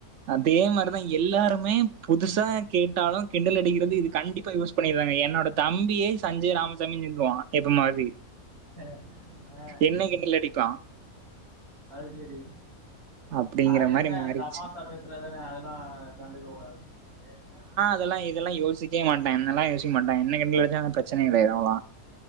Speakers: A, on the right (about 60°); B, on the right (about 85°).
A: அதே மாரிதா எல்லாருமே புதுசா கேட்டாலு கிண்டல் அடிக்கிறது இது கண்டிப்பா யூஸ் பண்ணிற்றாங்க என்னோட தம்பியே சஞ்சய் ராமசாமினு சொல்வா எப்ப மாரி
B: ஆஹ் ஆஹ்
A: என்ன கிண்டல் அடிப்பா
B: அது சேரி
A: அப்படிங்கிற
B: அது
A: மாதிரி
B: என்ன
A: மாறிடுச்சு
B: தமாசா பேசுறதுன்னு அதெல்லா கண்டுக்க கூடாது பேசுனா பேசிட்
A: அதெல்லா இதெல்லா யோசிக்க மாட்டே என்னெல்லா யோசிக்க மாட்டாங்கே என்ன எங்குளாயா ப்ரச்சன இல்லயோவா